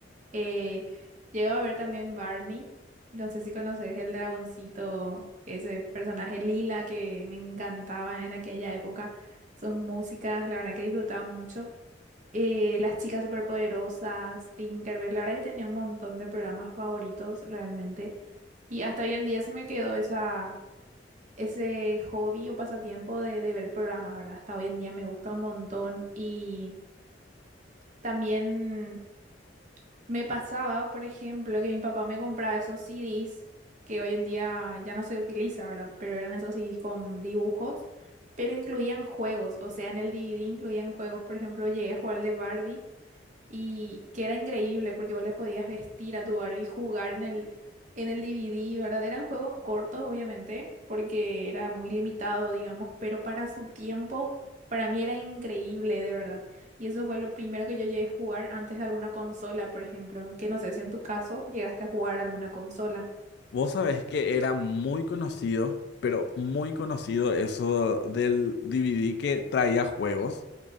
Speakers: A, on the right; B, on the left.
A: eh, llego a ver también Barney, no sé si conoces el dragoncito, ese personaje lila que me encantaba en aquella época, sus músicas, la verdad que disfrutaba mucho eh, Las chicas superpoderosas, Tinkerbell, la verdad que tenía un montón de programas favoritos realmente. Y hasta hoy en día se me quedó esa, ese hobby o pasatiempo de, de ver programas, ¿verdad? Hasta hoy en día me gusta un montón. Y también me pasaba, por ejemplo, que mi papá me compraba esos CDs que hoy en día ya no se utiliza, ¿verdad? Pero eran esos CDs con dibujos, pero incluían juegos. O sea, en el DVD incluían juegos. Por ejemplo, llegué a jugar al de Barbie y que era increíble porque vos le podías vestir a tu Barbie y jugar en el, en el DVD, ¿verdad? Eran juegos cortos, obviamente, porque era muy limitado, digamos, pero para su tiempo, para mí era increíble, de verdad. Y eso fue lo primero que yo llegué a jugar antes de alguna consola, por ejemplo, que no sé si en tu caso llegaste a jugar alguna consola.
B: Vos sabés que era muy conocido, pero muy conocido eso del DVD que traía juegos.